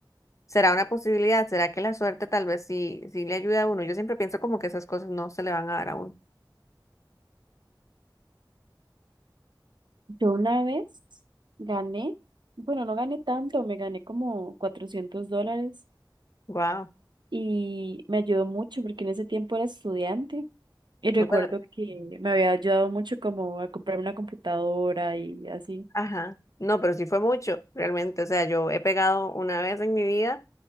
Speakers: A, on the left (about 40°); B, on the right (about 70°).
A: será una posibilidad, será que la suerte tal vez sí, sí le ayuda a uno. Yo siempre pienso como que esas cosas no se le van a dar a uno.
B: Yo una vez gané, bueno, no gané tanto, me gané como 400 dólares
A: Wow,
B: y me ayudó mucho porque en ese tiempo era estudiante. Y recuerdo
A: no, pero,
B: que me había ayudado mucho como a comprar una computadora y así.
A: ajá, no, pero sí fue mucho, realmente, o sea, yo he pegado una vez en mi vida